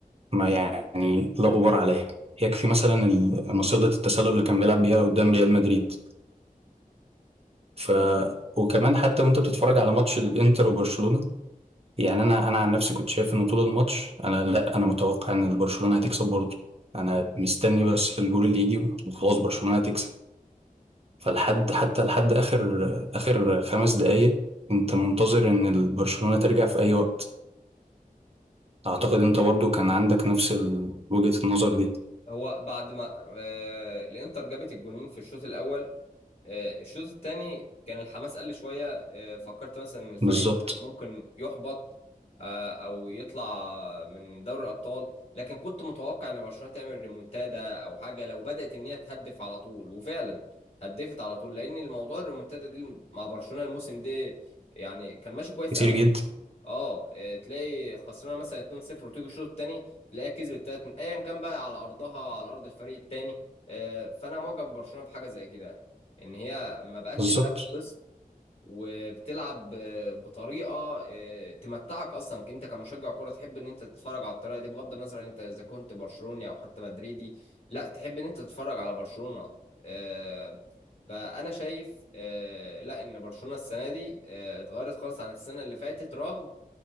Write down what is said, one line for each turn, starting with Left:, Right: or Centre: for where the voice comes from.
Right: ما يعني لا غبار عليها يكفي مثلا ال- مصيدة التسلل اللي كان بيلعب بيها قدام ريال مدريد ف وكمان حتى وانت بتتفرج على ماتش الانتر وبرشلونة يعني انا انا عن نفسي كنت شايف ان طول الماتش انا لا انا متوقع ان برشلونة هتكسب برضه انا مستني بس الجول اللي يجي وخلاص برشلونة هتكسب فلحد حتى لحد اخر اخر خمس دقايق انت منتظر ان البرشلونة ترجع في اي وقت اعتقد انت برضو كان عندك نفس ال- وجهة النظر دي
Left: هو بعد ما آه، الانتر جابت الجونين في الشوط الاول آه، الشوط الثاني كان الحماس قل شويه آه، فكرت مثلا ان الفريق
Right: بالظبط
Left: ممكن يحبط آه، او يطلع من دوري الابطال لكن كنت متوقع ان برشلونه تعمل ريمونتادا او حاجه لو بدات ان هي تهدف على طول وفعلا هدفت على طول لان الموضوع الريمونتادا دي مع برشلونه الموسم ده يعني كان ماشي كويس
Right: كتير
Left: قوي
Right: جدا
Left: اه إيه، تلاقي خسرانه مثلا 2-0 وتيجي الشوط الثاني تلاقيها كسبت 3 ايا كان بقى على ارضها على ارض الفريق الثاني فانا معجب ببرشلونه في حاجه زي كده ان هي ما بقتش
Right: بالظبط
Left: تهاب الخصم وبتلعب آه، بطريقه آه، تمتعك اصلا انت كمشجع كوره تحب ان انت تتفرج على الطريقه دي بغض النظر انت اذا كنت برشلوني او حتى مدريدي لا تحب ان انت تتفرج على برشلونه آه، فانا شايف آه، لا ان برشلونه السنه دي آه، اتغيرت خالص عن السنه اللي فاتت رغم